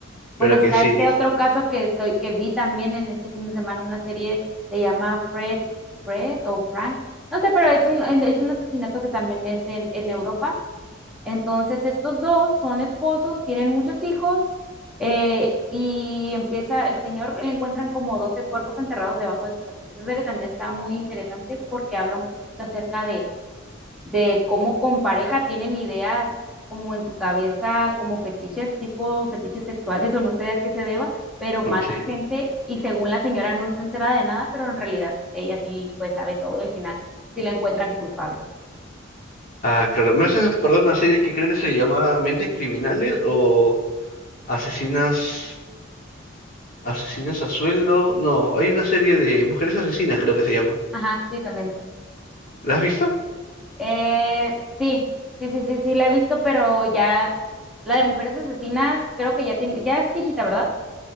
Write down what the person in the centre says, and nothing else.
Como está
este otro caso que estoy, que vi también en este fin de semana, una serie se llama Fred, Fred o Frank, no sé, pero es un, es un asesinato que también es en, en Europa. Entonces, estos dos son esposos, tienen muchos hijos, eh, y empieza, el señor le encuentran como 12 cuerpos enterrados debajo de su casa. Esa serie también está muy interesante porque habla un poquito acerca de de cómo con pareja tienen ideas como en su cabeza, como fetiches, tipo fetiches sexuales o no sé a qué se deba, pero matan
gente y según la señora no está enterada de nada, pero en realidad ella sí pues sabe todo del final, si la encuentran culpable.
Ajá, sí, también.
Eh, sí, sí, sí, sí, sí, la he visto, pero ya la de mujeres asesinas creo que ya tiene, ya es viejita, ¿verdad?